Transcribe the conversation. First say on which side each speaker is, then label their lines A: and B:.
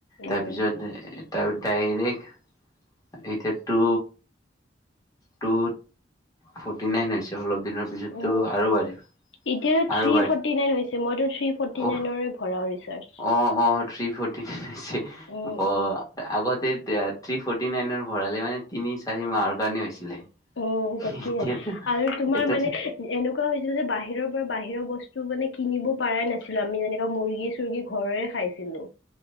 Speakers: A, on the left; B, on the left.
A: উম।
B: তাৰপিছত এ তাও ডাইৰেক্ট এতিয়া টু টু ফৰ্টি নাইন হৈছে অলপ দিনৰ। পিছততো
A: উ
B: আৰু বাঢ়িব
A: এতিয়াতো
B: আৰু
A: থ্ৰী
B: বাঢ়ি
A: ফৰ্টি নাইন হৈছে মইটো, থ্ৰী ফৰ্টি
B: অহ
A: নাইনৰে ভৰাও ৰিচাৰ্জ।
B: অ অ থ্ৰী ফৰ্টি হৈছে
A: উম,
B: ব
A: উম,
B: আগতে, থ্ৰী ফৰ্টি নাইনৰ ভৰালে মানে তিনি চাৰি মাহৰ কাৰণে হৈছিলে।
A: উম তাকে
B: এতিয়াতো
A: আৰু তোমাৰ
B: এতিয়াতো
A: মানে, এনেকুৱা হৈছিল যে বাহিৰৰ পৰা বাহিৰৰ বস্তু মানে কিনিব পৰাই নাছিলো আমি যেনেকা মুৰ্গী, চুৰ্গী ঘৰৰে খাইছিলো।